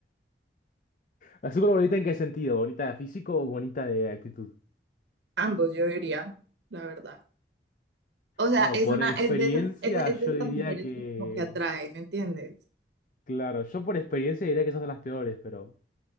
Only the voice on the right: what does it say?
ambos yo diría, la verdad. O sea,
es
una,
es de esas, es, es
de esas
mujeres
que como que atraen, ¿me entiendes?